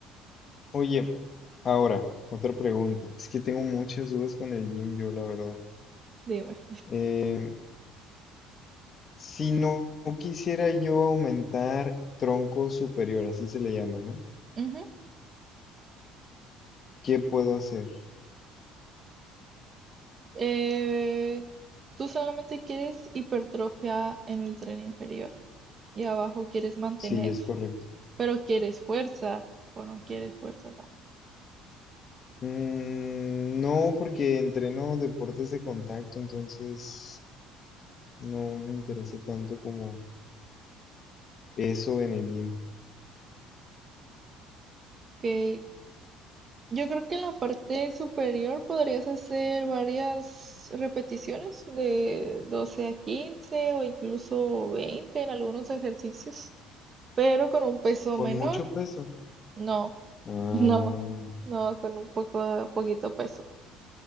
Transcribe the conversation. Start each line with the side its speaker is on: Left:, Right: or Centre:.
Left: Oye, ahora, otra pregunta. Es que tengo muchas dudas con el gym, yo la verdad.
Right: Dime.
Left: Em, Si no quisiera yo aumentar tronco superior, así se le llama, ¿no?
Right: Ujú.
Left: ¿Qué puedo hacer?
Right: Eh, tú solamente quieres hipertrofia en el tren inferior y abajo quieres mantener,
Left: Sí, es correcto.
Right: pero quieres fuerza o no quieres fuerza tampoco.
Left: Mm, no, porque entreno deportes de contacto, entonces no me interesa tanto como eso en el gym.
Right: Ok. Yo creo que en la parte superior podrías hacer varias repeticiones de 12 a 15 o incluso 20 en algunos ejercicios, pero con un peso
Left: Con
Right: menor.
Left: mucho peso.
Right: No,
Left: Ah,
Right: No, no, con un poco, poquito peso.